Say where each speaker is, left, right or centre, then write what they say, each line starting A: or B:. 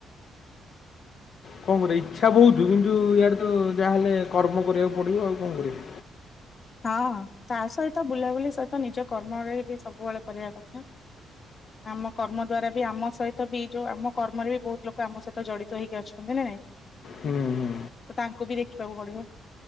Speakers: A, on the left; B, on the left.
A: କଣ କରିବି ଇଚ୍ଛା ବହୁତ କିନ୍ତୁ ଇଆଡେ ତ ଯାହାହେଲେ କର୍ମ କରିବାକୁ ପଡିବ ଆଉ କଣ କରିବି?
B: ହଁ ତା ସହିତ ବୁଲାବୁଲି ସହିତ ନିଜ କର୍ମରେ ବି ସବୁବେଳେ କରିବା କଥା। ଆମ କର୍ମ ଦ୍ଵାରା ବି ଆମ ସହିତ ବି ଯୋଉ ଆମ କର୍ମରେ ବି ବହୁତ ଲୋକ ଆମ ସହିତ ଜଡିତ ହେଇକି ଅଛନ୍ତି ନା ନାଇଁ?
A: ହୁଁ ହୁଁ।
B: ତ ତାଙ୍କୁ ବି ଦେଖିବାକୁ ପଡିବ।